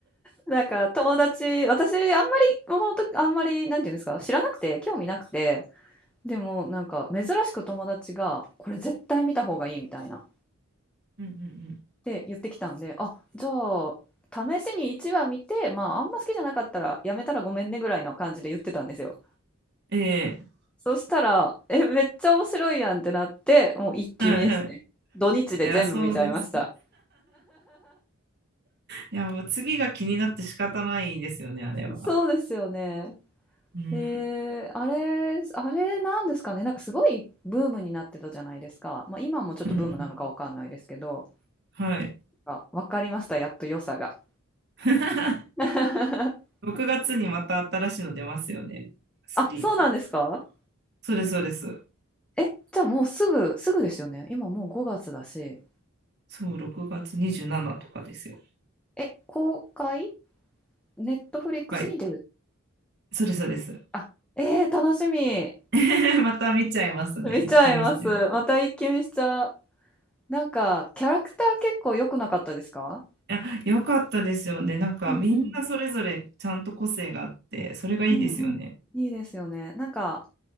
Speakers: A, in the centre; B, on the right (about 50°).
A: なんか友達、私、あんまり、この時、あんまり、なんていうんですか、知らなくて、興味なくて、でも、なんか、珍しく友達が、これ絶対見た方がいいみたいな、っ
B: うんうん
A: て言ってきたんで、あ、じゃあ、試しに1話見て、まあ、あんま好きじゃなかったら、やめたらごめんねぐらいの感じで言ってたんですよ。
B: うん。ええ
A: そしたら、え、めっちゃ面白いやんってなって、もう一気見ですね。
B: はいはい。
A: 土日で全部見ちゃいました。
B: いや、そうです。いや、もう次が気になって仕方ないですよね、あれは。
A: そうですよね。
B: うん。
A: えー、あれ、あれなんですかね。なんかすごいブームになってたじゃないですか。まあ今もちょっとブームなのかわかんないですけど、
B: うんうんはい。
A: あ、わかりました。やっと良さが。
B: <laughs>
A: <laughs>
B: 6月にまた新しいの出ますよね。3から。
A: あ、そうなんですか
B: そうです、そうです。
A: え、じゃあもうすぐ、すぐですよね。今もう5月だし。
B: そう、6月27とかですよ。
A: え、公開ネットフリックスに出る。
B: はい。そうです、そうです。
A: あ、えー、楽しみ。
B: <laughs> また見ちゃいますね。
A: 見ちゃいます。
B: 一気見しちゃいます。
A: また一気見しちゃう。なんか、キャラクター結構良くなかったですか
B: いや、よかったですよね。なんか、
A: うんうん。
B: みんなそれぞれちゃんと個性があって、それがいいですよね。
A: うんうん。いいですよね。なんか、